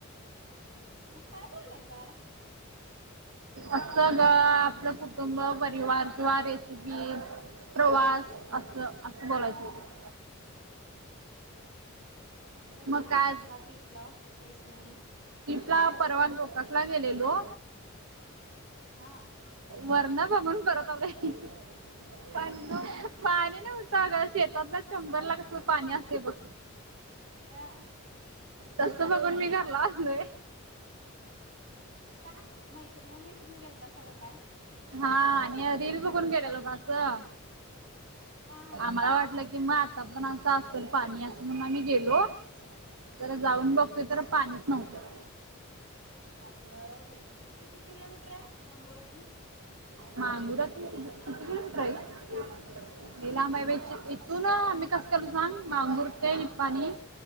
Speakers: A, on the right (about 65°); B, on the right (about 85°).
A: मग काय बोलायचाय.
B: असं ग आपलं कुटुंब परिवार किंवा रेसेपी. - पी, प्रवास असं असं बोलायचंय ते.
A: तू कुठं जाणार
B: मग काय
A: आहेस
B: आज?
A: का ट्रिपला वैष्णवी
B: ला परवा गोकाकला गेलेलो?
A: हा.
B: वरण बघून परत आलोय. पाणी नव्हतं. पाणी नव्हतं अग शेतात चेंबरला कस पाणी असतय बघ.
A: या
B: तस बघून मी घरला अलोय.
A: का मैत्रिण मैत्रिण गेलतासा काय?
B: हा आणि रील बघून गेलेलो ग असं
A: हा हा
B: आम्हाला वाटलं की किंवा आता पण आंस असल पाणी अस म्हणून आम्ही गेलो? जरा जाऊन
A: हा
B: बघतोय तर पाणीच नव्हतं.
A: अगं बाई किती किलोमीटर आय मंगुरातून?
B: मांगुरातून किती किलोमीटर हाय ग? लई लांब हाय बाई इथून आम्ही कसं केलतो सांग मांगुर ते निपाणी